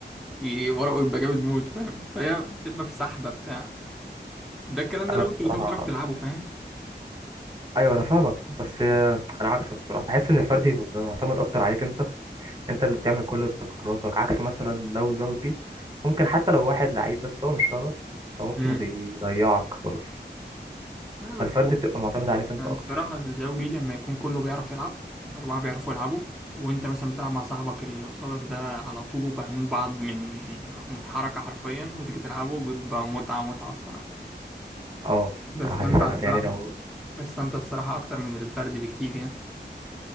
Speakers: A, in the centre; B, on the right.
A: ي- ورقه يبقى جامد موت فاهم فهي بتبقى في سحبة بتاع ده الكلام ده
B: انا
A: لو
B: بصراحة
A: أنتوا الاتنين بتعرفوا تلعبوا فاهم
B: ايوه انا فاهمك بس آه، انا عكسك بصراحه بحس ان الفردي بيبقى معتمد اكتر عليك انت انت اللي بتعمل كل قراراتك عكس مثلا لو زوجي ممكن حتى لو واحد لعيب بس هو مش فاهمك فممكن
A: امم
B: يضي- يضيعك خالص
A: لا بس
B: فالفردي
A: هو
B: بتبقى معتمد عليك انت
A: يعني
B: اكتر
A: الصراحة الزوجي لما يكون كله بيعرف يلعب الأربعة بيعرفوا يلعبوا وأنت مثلا بتلعب مع صاحبك اللي قصادك ده على طول وفاهمين بعض من من حركة حرفيا وتيجي تلعبوا بيبقى متعة متعة الصراحة
B: اه
A: بستمتع
B: بصراحه دي فعلا
A: الصراحة
B: يعني لو
A: بستمتع الصراحة أكتر من الفرد بكتير يعني